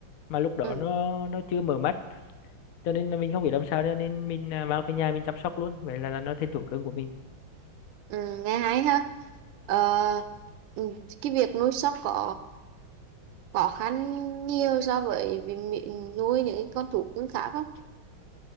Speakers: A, on the left (about 80°); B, on the right (about 75°).
A: mà lúc đó
B: ừ.
A: nó nó chưa mở mắt, cho nên là mình không biết làm sao cho nên mình ờ, mang về nhà mình chăm sóc luôn, vậy là, là nó thành thú cưng của mình.
B: Ừ, nghe hay ha Ờ, ừ, cái việc nuôi sóc có khó khăn nhiều so với việc mi- nuôi những cái con thú cưng khác không?